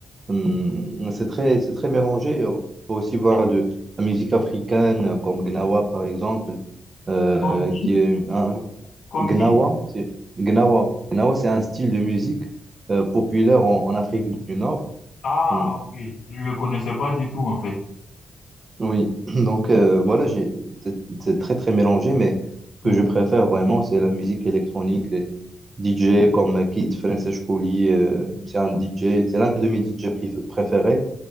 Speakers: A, on the right (about 35°); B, on the left (about 80°).
A: Hum, c'est très, c'est très mélangé. On peut aussi voir de la musique africaine, comme Gnawa, par exemple euh,
B: Comme qui?
A: qui est un,
B: Comme
A: Gnawa,
B: qui?
A: c'est Gnawa. Gnawa, c'est un style de musique euh, populaire en, en Afrique du Nord.
B: Ah,
A: Mm.
B: ok. Je ne le connaissais pas du tout, en fait.
A: Oui, <laughs> <clears throat> donc euh, voilà, j'ai, c'est c'est très très mélangé, mais ce
B: Hmm.
A: que je préfère vraiment, c'est la musique électronique, les DJ comme Kid Francis Couli, euh, c'est un DJ, c'est l'un de mes DJ prif- préférés,